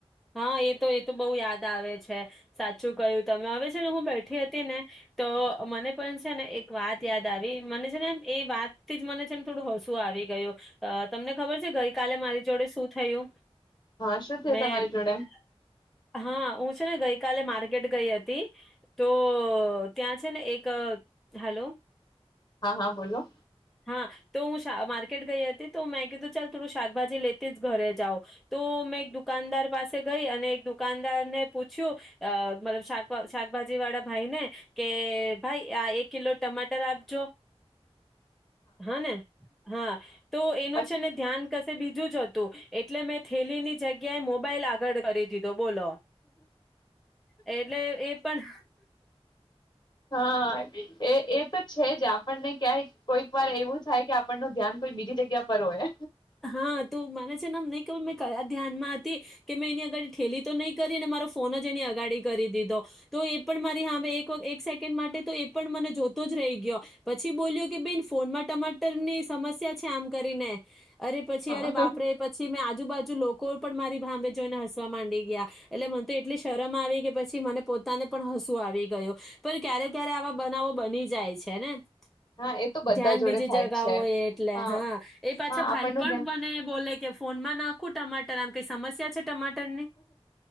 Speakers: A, in the centre; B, on the left.
A: હા, એ તો એ તો બઉ યાદ આવે છે, સાચું કહ્યુ તમે હવે છે ને હું બેઠી હતી ને તો મને પણ છે ને એક વાત યાદ આવી મને છે ને એ વાતથી જ મને છેને થોડું હસું આવી ગયું અ તમને ખબર છે ગઈ કાલે મારી જોડે શું થયું?
B: હા, શું થયુ
A: મેં
B: તમારી જોડ?
A: હા, હું છેને ગઈકાલે માર્કેટ ગઈ અતી, તો ત્યાં છે ને એક હેલો
B: હા હા બોલો
A: હા, તો હું માર્કેટ ગઈ અતી તો મેં કીધું ચાલ થોડું શાકભાજી લેતી જ ઘરે જાવ, તો મેં એક દુકાનદાર પાસે <unintelligible> ગઈ અને એક દુકાનદારને પૂછ્યું અ મતબ શાક શાકભાજીવાળા ભાઈ ને કે ભાઈ આ એક કિલો ટમાટર આપજો. હા ને, હા તો એનું
B: પછી
A: છે ને ધ્યાન કશે બી જોજતું એટલે મેં થેલીની જગ્યાએ મોબાઈલ આ <unintelligible> કરી દીધો. બોલો એટલે એ પણ
B: હા, એ એ તો છે જ આપણને ક્યાંય કોઈક વાર એવું થાય કે આપણનું ધ્યાન કોઈ બીજી જગ્યા પર હોય
A: હા, તુ મને છેને <unintelligible> તો મેં કયા ધ્યાનમાં અતી કે મેં એની અગાડી ઠેલી તો નહીં કરી અને મારો ફોન જ એની અગાડી કરી દીધો, તો એ પણ મારી હામે એક એક સેકન્ડ માટે તો એ પણ મને જોતો જ રહી ગયો પછી બોલ્યો કે બેન ફોનમાં ટમાટ ટર ની સમસ્યા છે આમ કરીને. <unintelligible> અરે પછી
B: હા
A: અરે બાપરે પછી મેં આ આજુબાજુ લોકો પણ મારી ભામે જોઈને હસવા માંડી ગયા એટલે મને તો એટલી શરમ આવી કે પછી મને પોતાને પણ હસુ આવી ગયુ, પણ ક્યારે ક્યારે આવા બનાવો બની જાય છે ને? ધ્યાન
B: હા એ તો બધા જોડે
A: બીજી
B: થાય
A: જગા
B: જ છે
A: હોય એટલે
B: હા
A: હાં પાછા
B: હા
A: ભાઈ
B: આપણનું
A: પણ
B: ધ્યાન
A: મને બો બોલે કે ફોનમાં નાખું ટમાટર આમ કઈ સમસ્યા છે ટમાટરની